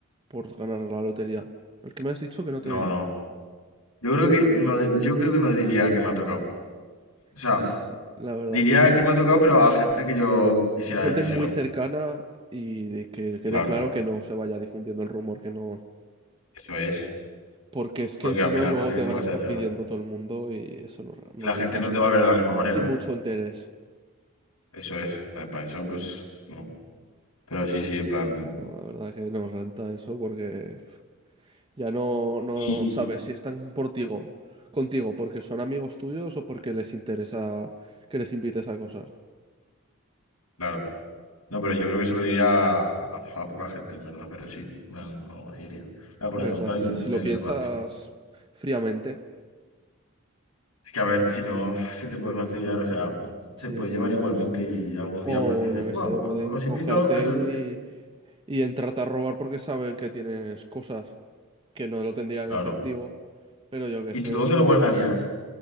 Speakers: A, on the right; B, on the left.
A: por ganar la lotería. ¿El que me has dicho que no te
B: No,
A: he oído?
B: no. Yo creo que no, de- yo creo que no diría que me ha tocado. O sea,
A: Sí, la verdad
B: diría
A: que
B: que me ha tocado, pero a gente que yo quisiera
A: gente
B: decírselo.
A: muy cercana y de que quede
B: Claro,
A: claro que no se vaya difundiendo el rumor que no.
B: eso es.
A: Porque es que
B: Porque
A: si
B: al
A: no,
B: final,
A: luego
B: ¿por qué
A: te
B: se
A: van
B: lo vas
A: a estar
B: a decir
A: pidiendo
B: a la gente?
A: todo el mundo y eso no, no
B: Y la
A: renta.
B: gente no te va a ver de la misma manera.
A: Y mucho interés.
B: Eso es. Vale, Para eso, pues, no. Pero sí, sí, en plan.
A: No, la verdad que no renta eso porque pf, ya no, no
B: Y
A: sabes si están por tigo- contigo porque son amigos tuyos o porque les interesa que les invites a cosas.
B: claro. No, pero yo creo que se lo diría a, a- a poca gente, en verdad, pero sí, en plan, algo así diría. Ah, por
A: ¿Verdad?
B: ejemplo,
A: Si,
B: hay un-
A: si
B: en
A: lo
B: el
A: piensas
B: barrio.
A: fríamente,
B: Es que a ver, si no, se te puede fastidiar, o sea, se
A: sí.
B: puede llevar igualmente y algún
A: O
B: día pues dices,
A: yo qué
B: wow,
A: sé, pueden
B: os
A: cogerte
B: invito. a eso".
A: y, y entrarte a robar porque saben que tienes cosas que no lo tendrían
B: Claro.
A: en efectivo. Pero yo qué
B: ¿Y
A: sé,
B: tú dónde lo guardarías?